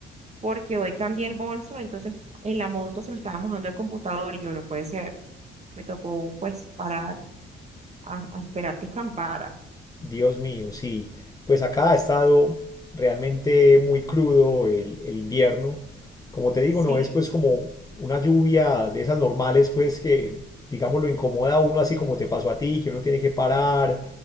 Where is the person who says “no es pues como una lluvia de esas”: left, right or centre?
Left